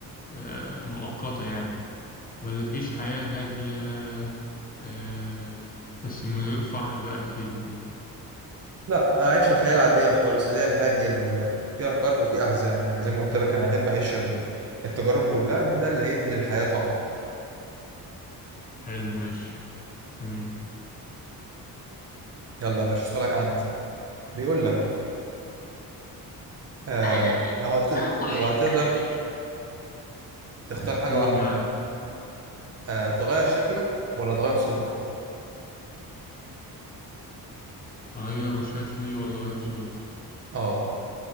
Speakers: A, on the left (about 25°); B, on the right (about 40°).
A: آه، مؤقتة يعني ولا تعيش حياة هادية آه، بس من غير فرح بقى كتير وكده
B: لا اعيش الحياه العاديه خالص اللي هي الهاديه اللي فيها فرح وفيها احزان يعني زي ما قلت لك انا احب اعيش ال- التجارب كلها لان ده اللي هيدي للحياه طعم
A: حلو ماشي جميل
B: يلا يا باشا اسالك عندي بيقول لك آه
A: أهلا بك
B: لو هت...
A: ما هو
B: لو
A: حلمك
B: هتقدر
A: الذي تبغى؟
B: تختار حاجة
A: قول
B: واحدة
A: معاه
B: آه تغير شكلك ولا تغير صوتك
A: أغير شكلي ولا أغير صوتي
B: اه